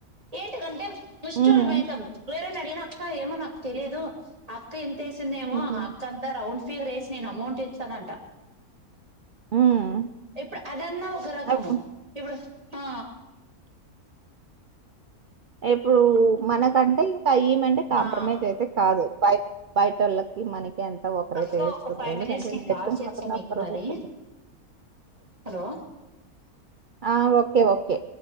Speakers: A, on the right; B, on the right.
A: ఏంటి దంటే కుష్టూరుమేతం
B: హ్మ్.
A: వేరే నైతే నేను అక్క ఏమో నాకు తెలియదు అక్క ఎంత్ సిందేమో
B: హ్మ్.
A: ఆ అక్క అంతా రౌండ్ సెజారేసి నేను అమౌంట్ చనంట
B: హ్మ్.
A: ఇప్పుడు అదన్న ఒక్క రకం
B: అప్పుడు
A: ఇప్పుడు ఆ
B: ఇప్పుడు మనకంటే ఇంకా ఈమంటే కాంప్రమైజ్
A: ఆ
B: అయితే కాదు బయ్ బయటోర్లకి మనకి ఎంత ఒక్క రేటేస్తుంది
A: అక్క ఒక ఫైవ్
B: ఎందుకంటే
A: మినిట్స్
B: నేను
A: కాల్
B: ఎక్కువ
A: చేస్తా
B: మాట్లాడిన
A: మీకు
B: ఒక్క రేటే
A: మరి
B: ఎస్తుంది
A: హలో
B: అ ఓకే ఓకే